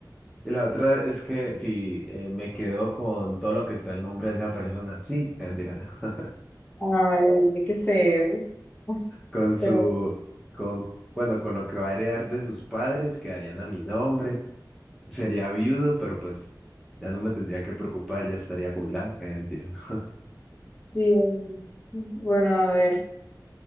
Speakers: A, in the centre; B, on the left.
A: Y la otra es que si eh, me quedo con todo lo que está el nombre de esa persona. Sí, mentira, no. <laughs>
B: Ay, qué feo. <laughs> Uf,
A: Con su,
B: Pero,
A: con, bueno, con lo que va a heredar de sus padres, quedarían a mi nombre. Sería viudo, pero pues ya no me tendría que preocupar, ya estaría jubilado. Eh, mentira. no.
B: digo, bueno, a ver,